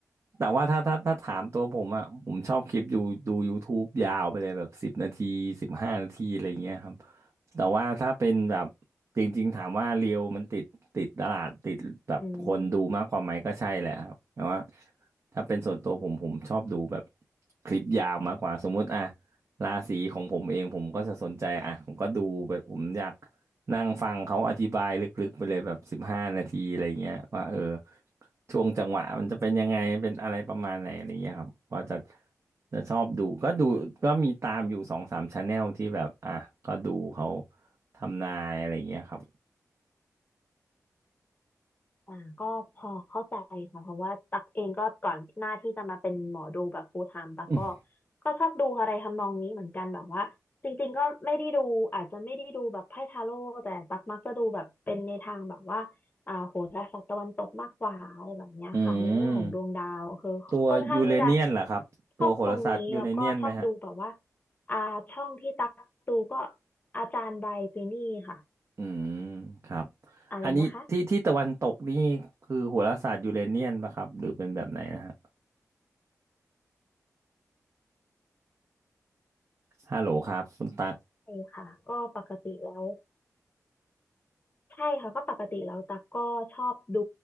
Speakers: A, on the right; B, on the left.
A: แต่ว่าถ้าถ้าถ้าถามตัวผมอ่ะผมชอบคลิปดูดู YouTube ยาวไปเลยแบบสิบนาทีสิบห้านาทีอะไรอย่างเงี้ยครับแต่ว่าถ้าเป็นแบบจริงๆถามว่าเรียวมันติดติดตลาดติดแบบคนดูมากกว่าไหมก็ใช่แหละครับแต่ว่า
B: อืม
A: ถ้าเป็นส่วนตัวผมผมชอบดูแบบคลิปยาวมากกว่าสมมุติอ่ะราศีของผมเองผมก็จะสนใจอ่ะผมก็ดูแบบผมอยาก นั่งฟังเขาอธิบายลึกๆไปเลยแบบสิบห้านาทีอะไรเงี้ยว่าเออช่วงจังหวะมันจะเป็นยังไงเป็นอะไรประมาณไหนอะไรเงี้ยครับก็จะจะชอบดูก็ดูก็มีตามอยู่สองสามชาแนลที่แบบอ่ะก็ดูเขาทำนายอะไรเงี้ยครับ
B: อ่าก็พอเข้าใจค่ะเพราะว่าตักเองก็ก่อนหน้าที่จะมาเป็นหมอดูแบบ full time ตักก็
A: อืม
B: ก็ชอบดูอะไรทำนองนี้เหมือนกันแบบว่าจริงๆก็ไม่ได้ดูอาจจะไม่ได้ดูแบบไพ่ทาโร่แต่ตักมักจะดูแบบเป็นในทางแบบว่าอ่าโหราศาสตร์ตะวันตกมากกว่าอะไรแบบเนี้ยค่ะในเรื่องของดวงดาวคือค่อนข้างที่จะ
A: อืมตัวยูเรเนียนเหรอครับตัวโหราศาสตร์ยูเรเนียนไหมฮะ
B: ชอบตรงนี้แล้วก็ชอบดูแบบว่าอ่าช่องที่ตักดูก็อาจารย์ไบรท์ปีนี่ค่ะ
A: อืมครับ
B: อะไรนะคะ
A: อันนี้ที่ที่ตะวันตกนี่คือโหราศาสตร์ยูเรเนียนปะครับหรือเป็นแบบไหนนะฮะฮัลโหลครับคุณตัก
B: ใช่ค่ะก็ปกติแล้ว ใช่ค่ะก็ปกติแล้วตักก็ชอบดู